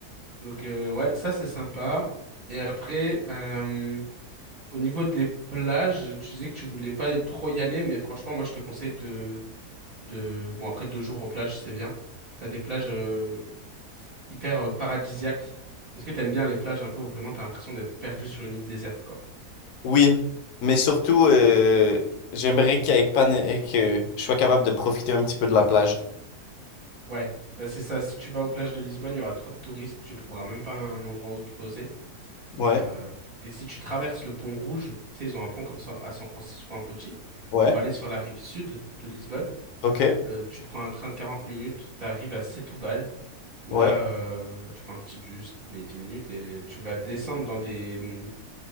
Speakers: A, on the right; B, on the left.
A: Donc, euh, ouais, ça, c'est sympa. Et après, euh, Au niveau des plages, tu disais que tu voulais pas y- trop y aller, mais franchement, moi, je te conseille de, de... Bon, après deux jours aux plages, c'est bien. T'as des plages euh, hyper euh, paradisiaques. Est-ce que t'aimes bien les plages un peu où vraiment t'as l'impression d'être perdu sur une île déserte, quoi?
B: Oui, mais surtout, euh, j'aimerais qu'il y ait pas, que je sois capable de profiter un petit peu de la plage.
A: Ouais, bah, c'est ça. Si tu vas aux plages de Lisbonne, il y aura trop de touristes, tu trouveras même pas un endroit où te poser.
B: Ouais,
A: Euh, et si tu traverses le pont Rouge, tu sais, ils ont un pont comme ça à San Francisco, un petit,
B: ouais,
A: pour aller sur la rive sud de Lisbonne,
B: ok,
A: euh, tu prends un train de 40 minutes, t'arrives à Setúbal. où
B: ouais.
A: là, euh, tu prends un petit bus qui met 10 minutes et tu vas descendre dans des hum,